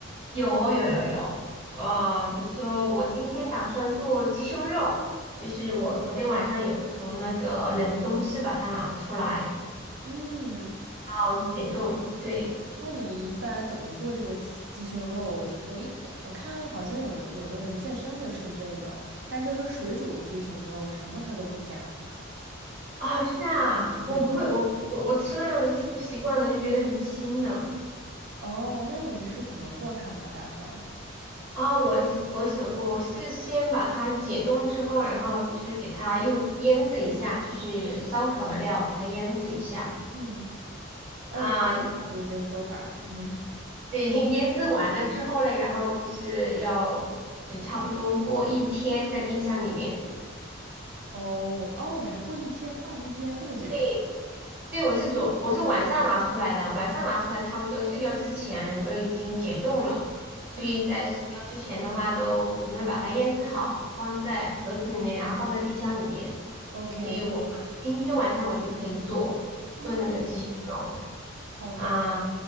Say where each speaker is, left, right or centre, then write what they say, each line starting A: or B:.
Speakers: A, on the right; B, on the right.
A: 有有有有，呃，比如说我今天打算做鸡胸肉，就是我昨天晚上有从那个冷冻室把它拿出来，
B: 嗯，
A: 然后解冻，对。
B: 那你一般怎么做这个西鸡胸肉？我一看，我看好像有人有的人健身会吃这个，但就是水煮鸡胸肉，什么它都不加。
A: 啊，真的啊，
B: 嗯，
A: 我不会，我我我吃那样子吃不习惯的，就觉得很腥的
B: 哦，那你是怎么做它呢？打算？
A: 啊。我是我首我是先把它解冻之后，然后就是给它用腌制一下，就是烧烤的料给它腌制一下
B: 嗯，哦，
A: 啊。
B: 我也差不多这个做法。嗯哼，
A: 对，<laughs> 腌制完了之后嘞，然后就是要就差不多过一天在冰箱里面。
B: 哦哦，你还过一天放一天这么久？
A: 对，对，我是昨我是晚上拿出来的，晚上拿出来差不多睡觉之前都已经解冻了，所以在睡觉之前的话都准备把它腌制好，
B: 嗯
A: 放在盒子里面，然后放在冰箱里面。
B: ，OK，
A: 所以我今天晚上我就可以做做那个鸡胸肉。
B: 嗯，好的。
A: 啊，